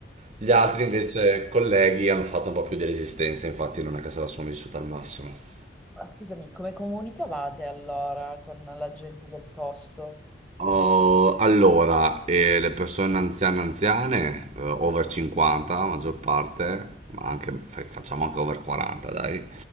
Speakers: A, on the right; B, in the centre.
A: Gli
B: Eh,
A: altri
B: ma
A: invece colleghi hanno fatto un po' più di resistenza, infatti non è che se la sono vissuta al massimo.
B: ma scusami, come comunicavate allora con la gente del posto?
A: Oh, allora, eh, le persone anziane, anziane, eh, over 50, la maggior parte, ma anche, fa- facciamo anche over 40, dai,